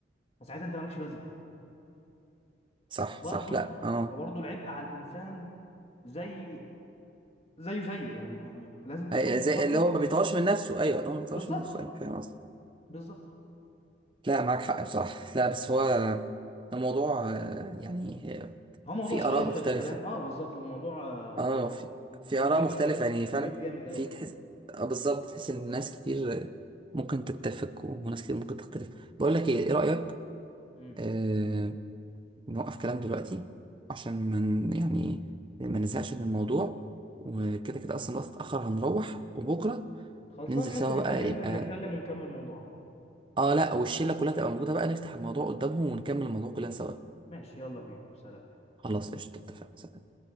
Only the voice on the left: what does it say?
فساعتها انت مالكش لازمه
برضه
فبرضه العبء على الانسان زي زيه زيه يعني يعني لازم تكون
انت
برضه
بالظبط
بالظبط
هو موضوع
شيق
الكلام اه بالظبط هو موضوع آه، موضوع
ديبيت
ديبيت جامد قوي
امم
خلصانه
ماشي
نبقى
ننزل
نتكلم ونكمل موضوعنا
ماشي يلا بينا سلام